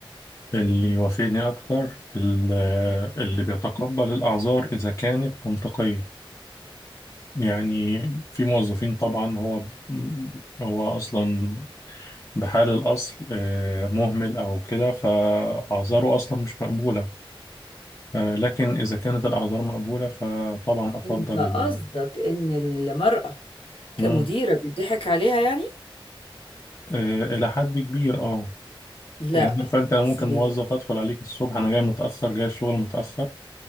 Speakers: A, on the left; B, on the left.
A: اللي يوافقني أكتر ال- اللي بيتقبل الأعذار إذا كانت منطقية يعني في موظفين طبعا هو هو أصلا بحال الأصل آه، مهمل أو كده فأعذاره أصلا مش مقبولة آه، لكن إذا كانت الأعذار مقبولة فطبعا أفضل
B: انت قصدك
A: ال-
B: ان المرأة كمديرة
A: مم.
B: بيضحك عليها يعني
A: آه، إلى حد كبير أه
B: لا
A: يعني فانت انا ممكن
B: ازاي
A: موظف ادخل عليك الصبح انا جاي متاخر جاي الشغل متاخر